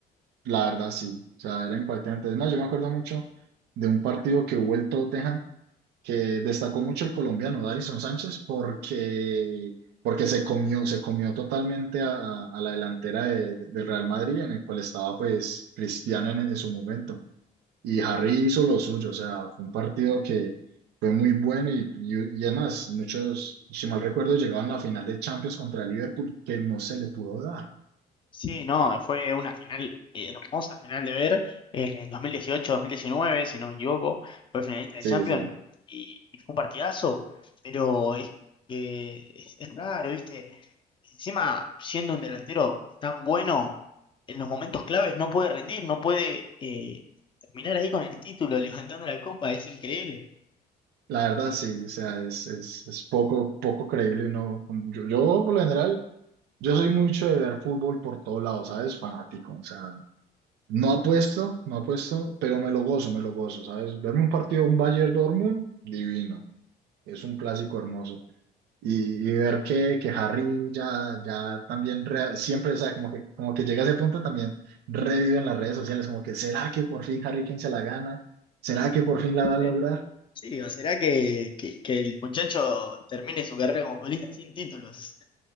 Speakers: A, on the right; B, on the left.
A: La verdad, sí. O sea, era impactante. No, yo me acuerdo mucho de un partido que hubo el Tottenham que destacó mucho el colombiano Davinson Sánchez porque, porque se comió, se comió totalmente a, a la delantera de- de- del Real Madrid, en el cual estaba pues Cristiano en, en su momento. Y Harry hizo lo suyo, o sea, fue un partido que fue muy bueno y, y, y además muchos, si mal recuerdo, llegaban a la final de Champions contra el Liverpool que no se le pudo dar.
B: Sí, no, fue una final hermosa final de ver eh, en 2018-2019, si no me equivoco, fue finalista de
A: Sí,
B: Champions
A: sí.
B: y, y fue un partidazo, pero es, que es, es raro, ¿viste? Encima, siendo un delantero tan bueno, en los momentos claves no puede rendir, no puede eh, terminar ahí con el título, <laughs> levantando la copa, es increíble.
A: La verdad, sí, o sea, es, es, es poco, poco creíble, ¿no? Yo, yo, por lo general, Yo soy mucho de ver fútbol por todos lados, ¿sabes? Fanático, o sea, no apuesto, no apuesto, pero me lo gozo, me lo gozo, ¿sabes? Verme un partido, un Bayern Dortmund, divino, es un clásico hermoso. Y, y ver que, que Harry ya, ya también, re- siempre, o sea, como que, como que llega a ese punto también, revive en las redes sociales, como que, ¿será que por fin Harry Kane se la gana? ¿Será que por fin la va a
B: Sí.
A: lograr?
B: Sí, o será que, que, que el muchacho termine su carrera como futbolista sin títulos.